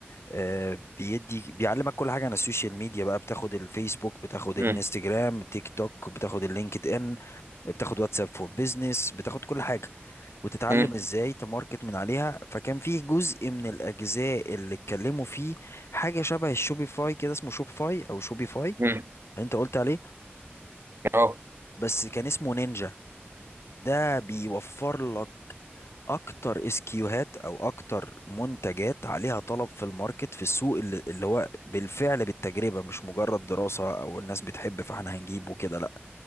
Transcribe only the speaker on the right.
امم
امم
امم
اه